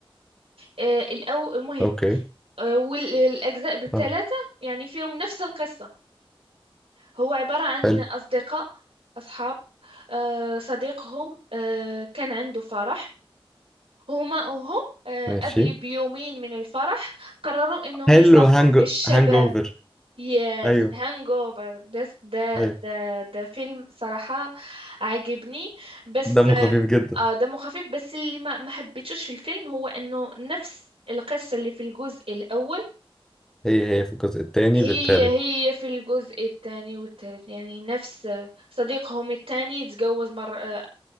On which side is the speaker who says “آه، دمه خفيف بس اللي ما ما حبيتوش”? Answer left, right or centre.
Right